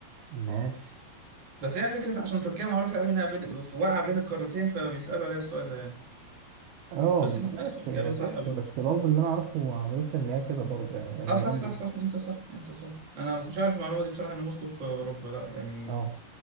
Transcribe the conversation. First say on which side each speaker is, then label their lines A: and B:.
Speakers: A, on the right; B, on the right.
A: ماشي
B: بس هي فكره عشان تركيا معروفه قوي انها بين في- واقعه بين القارتين فبيسالوا عليها السؤال ده يعني
A: اه
B: بس انت
A: ماشي
B: لا، اجابه
A: هي
B: صح
A: تمشي
B: برضه
A: بس برضه اللي أنا أعرفه عن روسيا إن هي كده برضه يعني إن
B: اه صح
A: هي
B: صح صح انت صح انت صح انا ما كنتش عارف المعلومه دي بصراحه ان موسكو في اوروبا لا يعني
A: اه